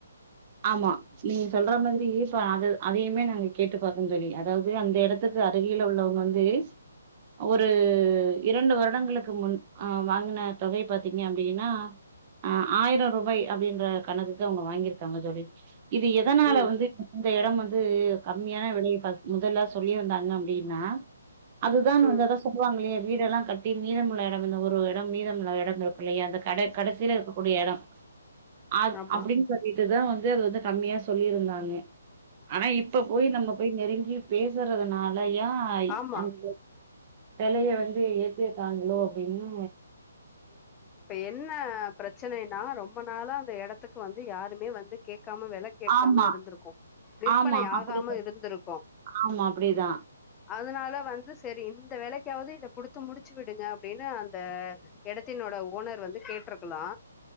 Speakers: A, on the right; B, on the left.
A: ஆமா நீங்க சொல்ற மாரி மே இப்ப அத அதையுமே நாங்க கேட்டு பாக்கொ சொல்லி அதாவது அந்த இடத்துக்கு அருகில உள்ளவங்க வந்து ஒரு இரண்டு வருடங்களுக்கு முன் அ வாங்குன தொகை பாத்தீங்கனா அப்டின்னா அஹ் ஆயிரம் ரூபாய் அப்டின்ற கணக்குக்கு அவங்க வாங்கிருக் காங்க தோழி இது எதனால
B: ம்
A: வந்து இந்த இடம் வந் து கம்மியான விலையை முதலா சொல்லிருந்தாங்க அப்டின்னா அதுதான் வந்து
B: ம்
A: அதான் சொல்லுவாங்களே வீடெல்லாம் கட்டி மீதமுள்ள இடம் இந்த ஒரு இடம் மீதம் உள்ள இடம் இருக்கும் இல்லையா அந்த கட கடைசியில இருக்கக்கூடிய இடம் அ
B: ஆமா
A: அப்புடின் சொல் வந்து அது வந்து கம்மியா சொல்லிருந்தாங்கே ஆனா இப்ப போய் நம்ம போய் நெருங்கி பேசுறதுனால் லையாய்
B: ஆமா
A: <unintelligible> வெலைய வந்து ஏத்திட்டாங்களோ அப்டீன்னு
B: இப்ப என்ன ப்ரச்சனைன்னா ரொம்ப நாளா அந்த எடத்துக் கு வந்து யாருமே வந்து கேக் கம்மி வெல கேக்காம
A: ஆமா
B: இருந்திருக்கோ விற்பனை
A: ஆமா அப்டிதான்
B: ஆகாம இருந்துருக்கோ
A: ஆமா அப்டிதான்
B: அதனால வந்து செரி இந்த வெலைக்காவது இத குடுத்து முடுச்சு விடுங்க அப்டீன்னு அந்த எடத்தினோட ஓனர் வந்து கேட்ருக்கலா